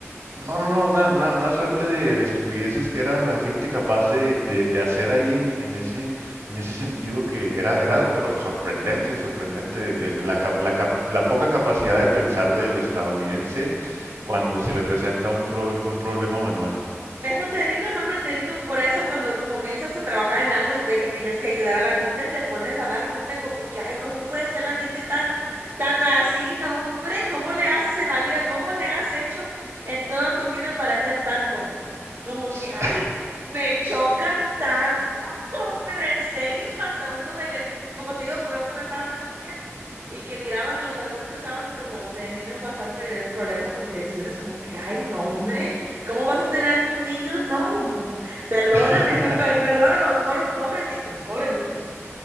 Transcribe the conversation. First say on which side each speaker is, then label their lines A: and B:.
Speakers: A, on the right; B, on the right.
A: no, no, no, una, una, una suerte de, de estupideces que era la gente capaz de, de, de hacer ahí en, en ese, en ese sentido que era, era, pero sorprendente, sorprendente, eh, la, cap- la, cap- la poca capacidad de pensar del estadounidense cuando se le presenta un, progr- un problema manual.
B: De eso te digo, no, hombre, te digo, por eso cuando comienzas a trabajar en algo de que tienes que ayudar a la gente, te pones a dar cuenta como que, ay, ¿cómo puede ser la gente tan, tan así, no, hombre? ¿Cómo le haces en la vida? ¿Cómo le has hecho en toda tu vida para ser tan tonto? Como
A: Sí.
B: que, ay, me choca tanto, <laughs> pero en serio, hasta uno de, que- como te digo, yo cuando estaba más chiquilla, y que miraba que los adultos estaban como teniendo bastantes problemas con direcciones, como que, ay, no, hombre, ¿cómo vas a tener tus niños? No, mm, perdóname,
A: <laughs>
B: <laughs> per- perdona a los por- pobres niños, pobres niños.